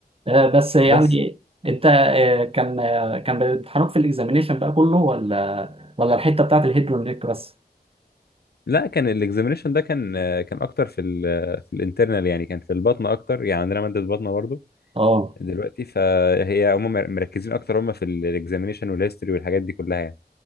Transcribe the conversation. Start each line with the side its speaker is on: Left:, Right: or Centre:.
Right: آه، بس يعني
Left: بس
Right: انت آه، كان آه، كان بيمتحنوك في الاكزامينيشن بقى كله ولا ولا الحته بتاعت الهيد والنيك بس
Left: لا كان الاكزامينشن ده كان آه، كان اكتر في ال في الانترنال يعني كان في البطن اكتر يعني عندنا مادة بطنة برضو
Right: اه
Left: دلوقتي فهي هم مركزين اكتر هم في الاكزامينشن والهيستوري والحاجات دي كلها يعني